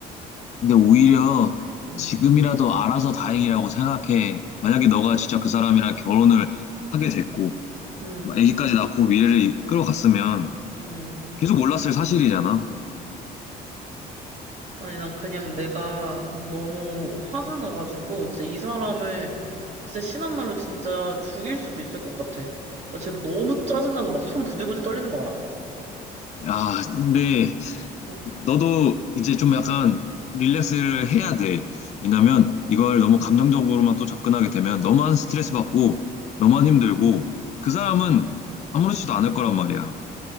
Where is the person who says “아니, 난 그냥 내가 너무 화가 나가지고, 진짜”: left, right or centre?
Right